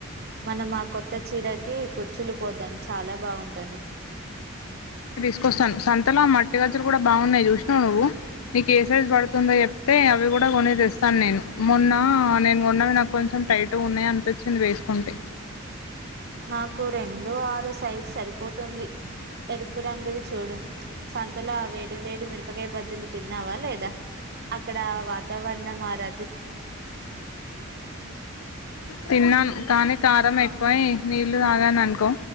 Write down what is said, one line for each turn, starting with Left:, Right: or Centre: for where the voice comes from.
Right: మనం ఆ కొత్త చీరకి కుచ్చులు పోద్దాం చాలా బాగుంటుంది
Left: తీకొస్తాను సంతలో ఆ మట్టి గజ్జులు కూడా బాగున్నాయి చూసినావు నువ్వు నీకు ఏ సైజ్ పడుతుందో చెప్తే అవి కూడా కొనే తెస్తాను నేను మొన్న నేను కొన్నవి నాకు కొంచెం టైట్ ఉన్నాయ అనిపించింది వేసుకుంటే
Right: నాకు రెండు ఆరు సైజు సరిపోతుంది ఎరుపు రంగువి చూడు సంతలో అవే వడి వేడి మిరపకాయ బజ్జీలు తిన్నావా లేదా అక్కడ వాతావరణం మారదు
Left: తిన్నాను కానీ కారంమ ఎ పోయి నీళ్లు తాగాని అనుకో